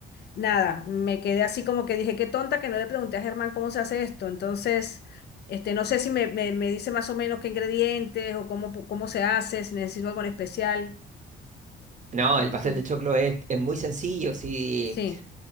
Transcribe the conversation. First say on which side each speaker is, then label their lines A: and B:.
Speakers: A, on the left; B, on the right.
A: Nada, me quedé así como que dije, qué tonta que no le pregunté a Germán cómo se hace esto. Entonces, este, no sé si me, me- me dice más o menos qué ingredientes o cómo, pu- cómo se hace, si necesito algo en especial.
B: No,
A: ¿Cómo
B: el pastel
A: sería?
B: de choclo es, es muy sencillo, sí,
A: Sí,